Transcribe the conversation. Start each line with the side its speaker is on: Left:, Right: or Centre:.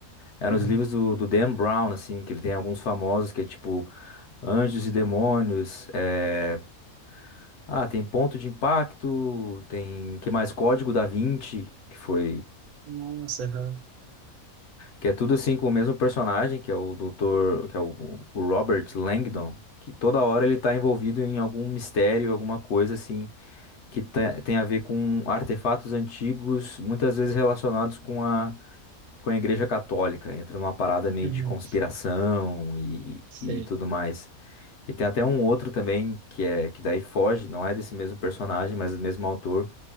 Left: Eram
Right: Uhum.
Left: os livros do, do Dan Brown, assim, que ele tem alguns famosos que é tipo Anjos e Demônios. eh, Ah, tem Ponto de Impacto, tem que mais Código da Vinci, que foi
Right: Nossa, aham.
Left: Que é tudo assim com o mesmo personagem, que é o doutor, que é o, o Robert Langdon, que toda hora ele tá envolvido em algum mistério, alguma coisa assim, que te- tem a ver com artefatos antigos, muitas vezes relacionados com a, com a Igreja Católica. Entra numa parada meio
Right: Uhum.
Left: de conspiração e,
Right: Sei.
Left: e tudo mais. E tem até um outro também, que é que daí foge, não é desse mesmo personagem, mas do mesmo autor,